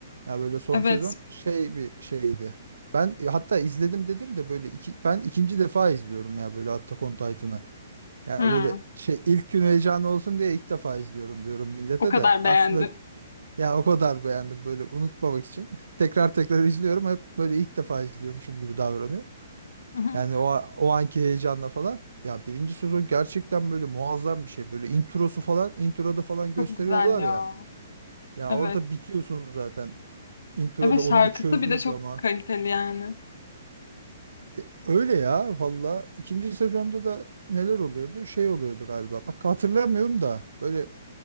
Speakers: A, on the right; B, on the left.
A: Ya böyle son
B: Evet.
A: sezon şey bir şeydi. Ben hatta izledim dedim de böyle iki, ben ikinci defa izliyorum ya böyle Attack on Titan'ı. Ya
B: Hı,
A: böyle şey ilk gün heyecanı olsun diye ilk defa izliyorum diyorum millete
B: o kadar
A: de. Aslında
B: beğendim.
A: ya o kadar beğendim böyle unutmamak için. <laughs> Tekrar tekrar izliyorum hep böyle ilk defa izliyormuşum gibi davranıyorum.
B: Hı hı.
A: Yani o, o anki heyecanla falan. Ya birinci sezon gerçekten böyle muazzam bir şey. Böyle introsu falan introda falan gösteriyorlar
B: Çok güzel ya.
A: ya. Ya
B: Evet.
A: orada bitiyorsun zaten. Introda
B: Evet şarkısı
A: onu bir çözdüğün
B: bir de çok
A: zaman.
B: kaliteli yani.
A: Ke- Öyle ya valla. İkinci sezonda da neler oluyordu? Şey oluyordu galiba. Bak hatırlamıyorum da böyle...